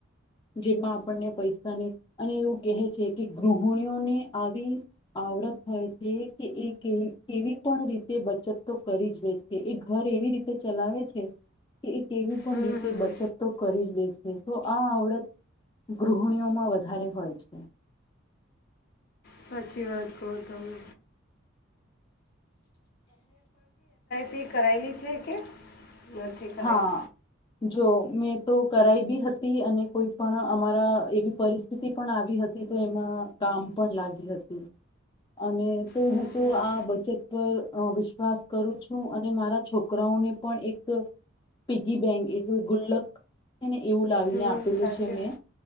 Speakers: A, on the left; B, on the left.
A: જેમાં આપણને પૈસાની અને એવું કહે છે કે ગૃહિણીઓની આવી આવડત થાય છે કે એ કેવી કેવી પણ રીતે બચત તો કરીજ લે છે એ ઘર એવી રીતે ચલાવે છે કે એક કેવી પણ
B: હમ
A: રીતે
B: હમ
A: બચત તો કરીજ લે છે તો આ આવડત ગૃહણીઓમાં વધારે હોય છે.
B: સાચી વાત કહો તમે અપીલ કરાયેલી છે કે નથી કરાયી
A: હા જો મેં તો કરાઈ બી હતી અને કોઈપણ અમારા એવી પરિસ્થિતિ પણ આવી હતી તો એમાં કામ પણ લાગી હતી અને તો
B: સાચી
A: હું તો
B: વાત
A: આ બચત પર અ વિશ્વાસ કરું છું અને મારા છોકરાઓને પણ એક પીગી બેંક એક ગુલ્લક એને એવું લાવીને
B: હમ
A: આપેલું
B: સાચી
A: છે મે